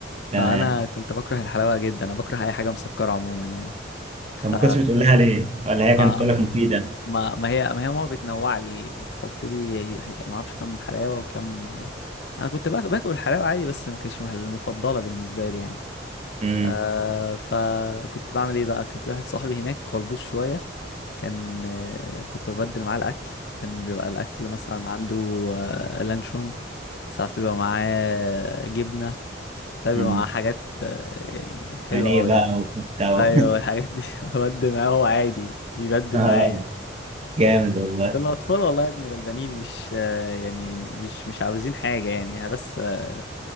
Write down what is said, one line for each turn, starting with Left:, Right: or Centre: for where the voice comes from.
Right: تمام
Left: فانا كنت بكره الحلاوه جدا انا بكره اي حاجه مسكره عموما يعني ف
Right: طب ما كنتش بتقول لها ليه ولا هي كانت
Left: آه،
Right: بتقول لك مفيده
Left: ما ما هي ما هي ماما بتنوع لي بتحط لي ما اعرفش كم حلاوه وكم انا كنت باك- باكل الحلاوه عادي بس ما كانتش المفضله بالنسبه لي يعني
Right: امم
Left: آه فكنت بعمل ايه بقى كان في واحد صاحبي هناك قلبوز شويه كان آه كنت ببدل معاه الاكل كان بيبقى الاكل مثلا عنده آه لانشون ساعات بيبقى معاه جبنه ساعات
Right: امم
Left: بيبقى معاه حاجات آه يعني حلوه
Right: بانيه
Left: قوي
Right: بقى
Left: يعني
Right: وكفته
Left: ايوه
Right: و-
Left: الحاجات دي <laughs> ببدل معاه هو عادي بيبدل
Right: <laughs>
Left: معايا
Right: جامد والله
Left: ده الأطفال والله يا ابني غلبانين مش آه، يعني مش مش عاوزين حاجة يعني احنا بس آه،